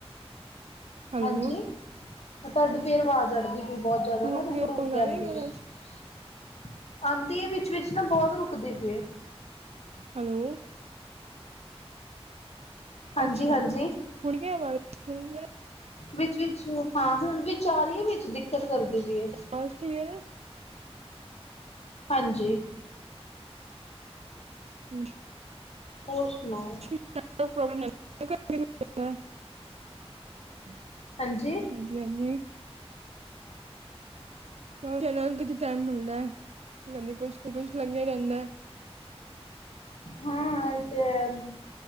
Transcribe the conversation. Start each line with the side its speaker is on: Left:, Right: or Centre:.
Right: ਹੈਲੋ
Left: ਹਾਂਜੀ, ਤਾਡੀ ਫੇਰ ਵਾਜ਼ ਅੜਦੀ ਪੀ ਬਹੁਤ ਜਿਆਦਾ। ਦਾ
Right: ਹੁਣ
Left: ਨਾ
Right: ਕੀ
Left: ਰੁੱਕ-ਰੁੱਕ
Right: ਹੁਣ
Left: ਕੇ
Right: ਆ
Left: ਆਂਦੀ
Right: ਰਹੀ ਹੈ ਆਵਾਜ਼
Left: ਪਈ। ਆਂਦੀ ਏ ਵਿੱਚ-ਵਿੱਚ ਨਾ ਬੋਤ ਰੁਕਦੀ ਪਈ ਏ।
Right: ਹੈਲੋ।
Left: ਹਾਂਜੀ-ਹਾਂਜੀ।
Right: ਅੱਛਾ ਹੁਣ ਕੀ ਆਵਾਜ਼ ਹੁਣ ਕੀ
Left: ਵਿੱਚ-ਵਿੱਚ ਹਾਂ ਹੁਣ ਵਿੱਚ ਆ ਰੀ ਏ ਵਿੱਚ ਦਿੱਕਤ ਕਰਦੀ ਪੀ ਏ।
Right: ਵਾਜ ਕਲੀਅਰ ਐ।
Left: ਹਾਂਜੀ।
Right: <unintelligible>
Left: ਹੋਰ ਸੁਣਾਓ?
Right: <unintelligible>
Left: ਹਾਂਜੀ।
Right: ਵਧੀਆ ਜੀ। ਬੱਚਿਆਂ ਨਾਲ ਕਿੱਥੇ ਟਾਈਮ ਮਿਲਣਾ <unintelligible> ਕੁਛ ਲੱਗਿਆ ਰਹਿੰਦਾ।
Left: ਹਾਂ ਐ ਤੇ ਹੈ।